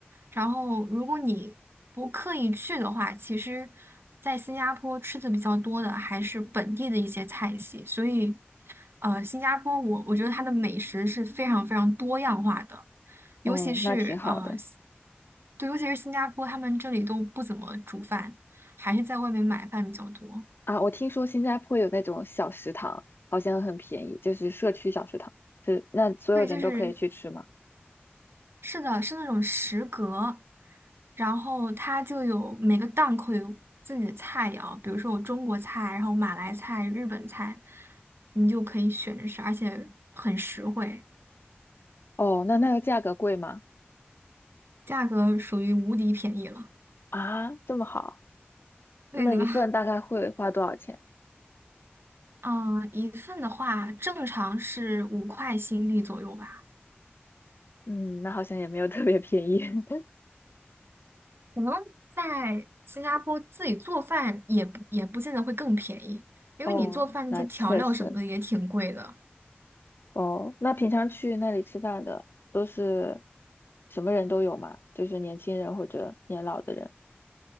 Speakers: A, on the right (about 65°); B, on the left (about 60°).
A: 然后，如果你不刻意去的话，其实，在新加坡吃的比较多的还是本地的一些菜系。所以，呃，新加坡我我觉得它的美食是非常非常多样化的，
B: 哦，
A: 尤其是呃，
B: 那挺好的。
A: 对，尤其是新加坡，他们这里都不怎么煮饭。还是在外面买饭比较多。
B: 啊，我听说新加坡有那种小食堂，好像很便宜，就是社区小食堂，是那所有人都可以去吃吗？
A: 对，就是是的，是那种食阁，然后它就有每个档口有自己的菜肴，比如说有中国菜，然后马来菜、日本菜，你就可以选着吃，而且很实惠，
B: 哦，那那个价格贵吗？
A: 价格属于无敌便宜了。
B: 啊，这么好，那一份大概会花多少钱？
A: 对的，<laughs> 嗯，一份的话正常是五块新币左右吧。
B: 嗯，那好像也没有特别便宜。<laughs>
A: 可能在新加坡自己做饭也不也不见得会更便宜，因为你做饭那些调料什么的也挺贵的。
B: 哦，那确实。哦，那平常去那里吃饭的都是什么人都有嘛？就是年轻人或者年老的人。